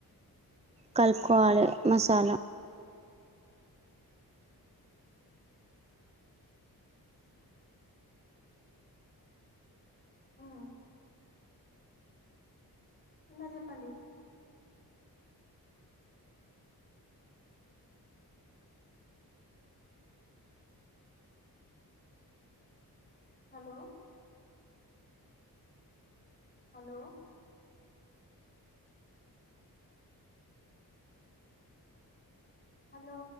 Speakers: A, on the right (about 15°); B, on the left (about 25°).
A: కలుపు కోవాలె మసాలా
B: ఆ ఇంక చెప్పండి హలో హలో హలో